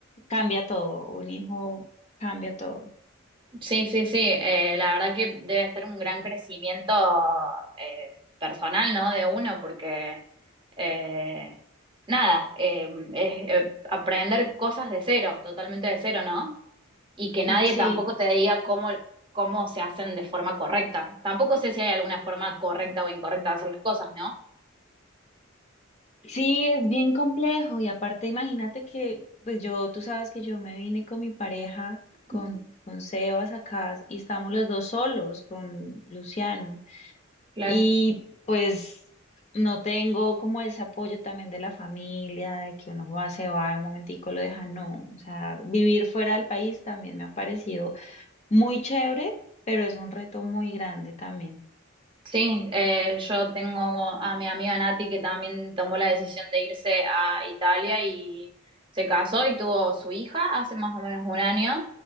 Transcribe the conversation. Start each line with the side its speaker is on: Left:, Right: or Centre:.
Left: cambia todo. Un hijo cambia todo.
Right: Sí, sí, sí. eh, la verdad que debe ser un gran crecimiento eh, personal, ¿no? De uno, porque eh, nada, eh, es eh, aprender cosas de cero, totalmente de cero, ¿no? Y que nadie
Left: Sí,
Right: tampoco te diga cómo, cómo se hacen de forma correcta. Tampoco sé si hay alguna forma correcta o incorrecta de hacer las cosas, ¿no?
Left: sí, es bien complejo. Y aparte, imagínate que, pues yo, tú sabes que yo me vine con mi pareja, con,
Right: Ujú.
Left: con Sebas acá, y estamos los dos solos con Luciano.
Right: Claro.
Left: Y pues no tengo como ese apoyo también de la familia, de que uno va, se va un momentico, lo deja, no. O sea, vivir fuera del país también me ha parecido muy chévere, pero es un reto muy grande también.
Right: Sí, eh, yo tengo a mi amiga Nati que también tomó la decisión de irse a Italia y se casó y tuvo su hija hace más o menos un año.